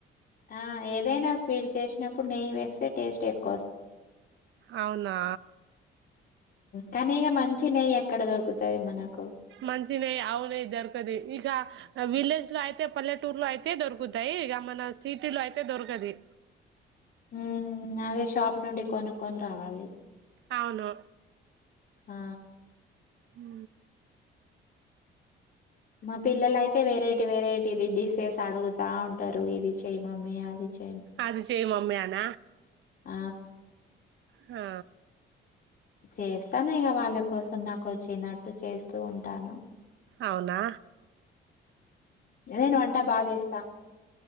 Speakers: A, on the left (about 50°); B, on the right (about 75°).
A: ఆ ఏదైనా స్వీట్ చేసినప్పుడు నెయ్యి వేస్తే టేస్ట్ వ
B: అవునా
A: కానీ ఇక మంచి నెయ్యి ఎక్కడ దొరుకుతది మనకు.
B: మంచిన నెయ్యి ఆవు నెయ్యి దొరకదు ఈక విలేజ్ లో అయితే పల్లెటూర్ లో అయితే దొరుకుతాయి, ఇక మన సిటీలో అయితే దొరకది
A: హ అదే షాప్ నుండి కొనుక్కొని రావాలి
B: అవును
A: ఆ
B: హు
A: మా పిల్లల అయితే వెరైటీ వెరైటీ ఇది డిషెస్ అడుగుతా ఉంటారు ఇది చెయ మమ్మీ అది చెయ
B: అది చెయ్మమ్మీ ఆన
A: ఆ
B: ఆ
A: చేస్తాను ఇక వాళ్ళ కోసం నాకు వచ్చినట్టు చేస్తూ ఉంటాను
B: అవునా
A: నేను వంట బాగా చేస్తా